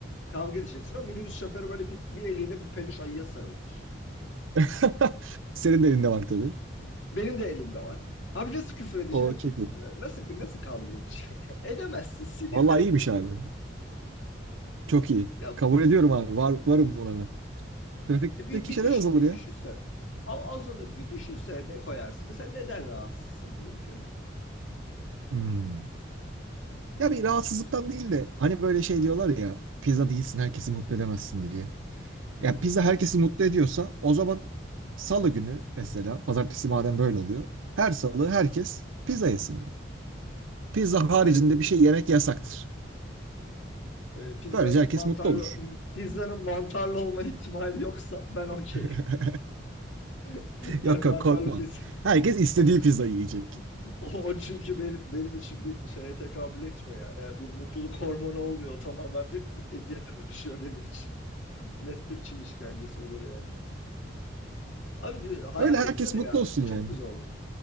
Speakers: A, on the left; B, on the right.
A: Kavga edeceksin ama minibüs şoförü böyle bir, bir eliyle bir peluş ayıya sarılmış.
B: <laughs> Senin de elinde var tabii.
A: Benim de elimde var. Abi nasıl küfür edeceksin
B: O
A: ki
B: çok iyi.
A: birbirine? Nasıl nasıl kavga edeceksin yani? <laughs> Edemezsin. Sinirlerim
B: Vallahi iyiymiş
A: bozulur
B: abi.
A: ya.
B: Çok iyi.
A: Ya
B: Kabul ediyorum abi. Var, varım buna ben. Trafikteki
A: bir, bir
B: şeyler
A: düşün,
B: azalır
A: bir
B: ya.
A: düşünse. A- Azalır. Bir düşünse ne koyarsın? Mesela neden rahatsızsın bu ülkede?
B: Hmm. Ya bir rahatsızlıktan değil de hani böyle şey diyorlar ya pizza değilsin herkesi mutlu edemezsin diye.
A: Hı
B: Ya
A: hı.
B: pizza herkesi mutlu ediyorsa o zaman salı günü mesela pazartesi madem böyle oluyor her salı herkes pizza yesin abi. Pizza
A: Yani
B: haricinde bir şey yemek yasaktır.
A: Ee, pizzanın
B: Böylece herkes
A: mantarlı
B: mutlu olur.
A: pizzanın mantarlı olma ihtimali yoksa ben okeyim.
B: <laughs>
A: <laughs> Yani
B: Yok yok
A: mantarlı
B: korkma.
A: pizza.
B: Herkes istediği
A: <laughs>
B: pizzayı yiyecek.
A: O, o çünkü benim, benim için bir şeye tekabül etmiyor yani. Yani Bir mutluluk hormonu olmuyor. Tamamen bir eziyete dönüşüyor benim için. <laughs> Net bir Çin işkencesi olur yani. Abi diyor, hayal
B: Böyle herkes
A: etsene
B: mutlu
A: ya.
B: olsun yani.
A: Çok güzel olur.